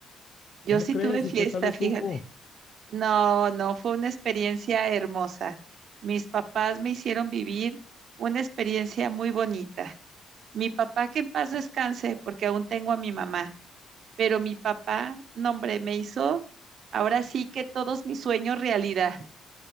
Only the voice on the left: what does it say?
¿Cómo
crees
y qué tal estuvo?